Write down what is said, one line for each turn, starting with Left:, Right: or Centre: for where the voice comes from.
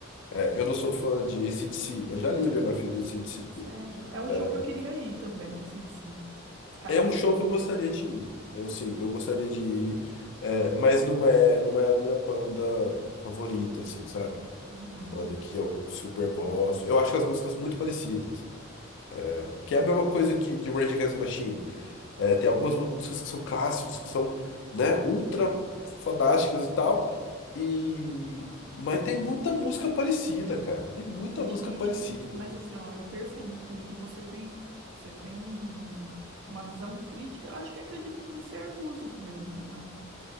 Left: É, eu não sou fã de C D C, mas já li a biografia do C D C.
Right: Sério. É um
Left: é
Right: show que eu queria ir também, esse DC. Os caras
Left: é um show que eu gostaria de ir. Eu sim, eu gostaria de ir, é, mas não é, não é a minha banda favorita, assim, sabe?
Right: Uhum.
Left: Banda que eu super gosto. Eu acho as músicas muito parecidas. é, que é a mesma coisa que de Rage Against the Machine. É, tem algumas músicas que são clássicos, que são, né, ultra fodásticas e tal. E... Mas tem muita música parecida, cara. Tem muita
Right: Gente,
Left: música parecida.
Right: mas assim, ó, eu percebi sim, que você tem, você tem um, uma visão crítica. Eu Acho que acredito que por ser músico mesmo, né?